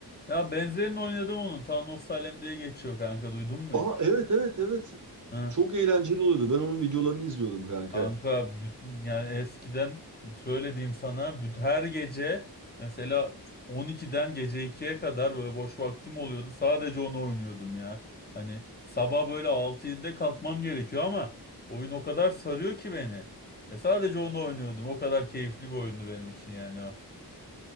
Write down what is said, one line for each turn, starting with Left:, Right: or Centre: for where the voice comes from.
Left: Ya benzerini oynadım onun. Town of Salem diye geçiyor kanka duydun mu
Right: Aa
Left: hiç?
Right: evet evet evet.
Left: Hı.
Right: Çok eğlenceli oluyordu. Ben onun videolarını izliyordum kanka.
Left: Kanka büt- yani eskiden şöyle diyeyim sana büt- her gece mesela 12'den gece ikiye kadar böyle boş vaktim oluyordu. Sadece onu oynuyordum ya. Hani sabah böyle 6-7'de kalkmam gerekiyor ama oyun o kadar sarıyor ki beni. E sadece onu oynuyordum. O kadar keyifli bir oyundu benim için yani o.